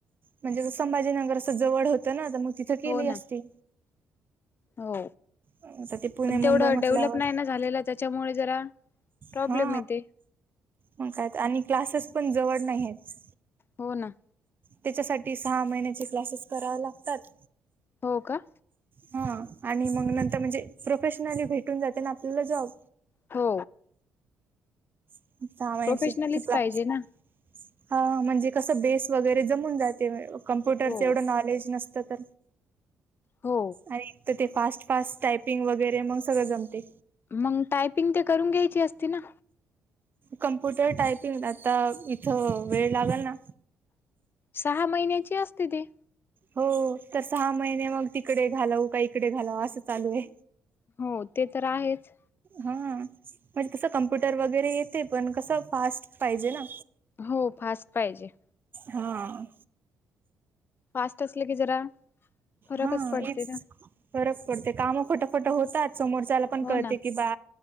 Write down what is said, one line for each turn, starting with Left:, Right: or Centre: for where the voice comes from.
Right: म्हणजे संभाजीनगर असं जवड होतं ना त म तिथं केली
Left: हो
Right: असती.
Left: ना हो
Right: आता ते पुणे
Left: पण
Right: मुंबई
Left: तेवढं
Right: म्हटल्यावर
Left: डेव्हलप नाय न झालेलां त्याच्यामुळे जरा प्रॉब्लेम
Right: हा
Left: येते.
Right: मग काय त आणि क्लासेस पण जवड नाय आहेत.
Left: हो ना.
Right: त्याच्यासाठी सहा महिन्याचे क्लासेस करावे लागतात.
Left: हो का.
Right: हा आणि मंग नंतर म्हणजे प्रोफेशनली भेटून जाते ना आपल्याला जॉब.
Left: हो.
Right: सहा महिन्याची
Left: प्रोफेशनलीच पाहिजे ना
Right: <unintelligible> हा म्हणजे कसं बेस वगैरे जमून जाते कम्प्युटरच
Left: हो.
Right: एवढं नॉलेज नस त तर
Left: हो
Right: आणि एक त ते फास्ट फास्ट टायपिंग वगैरे मंग सगळं जमते.
Left: मंग टायपिंग ते करून घ्यायची असती ना.
Right: कम्प्युटर टायपिंग आता इथ वेळ लागल ना.
Left: सहा महिन्याची असते ती
Right: हो तर सहा महिने मग तिकडे घालव का इकडे घालव असं चालू ये.
Left: हो ते तर आहेच.
Right: हा म्हणजे तसं कम्प्युटर वगैरे येते पण कसं फास्ट पाहिजे ना.
Left: हो फास्ट पाहिजे.
Right: हा.
Left: फास्ट असलं की जरा फरकच
Right: हा
Left: पडते
Right: एक
Left: ना.
Right: फरक पडते. काम फटाफटा होतात. समोरच्याला पण
Left: हो
Right: कळते
Left: ना
Right: की बा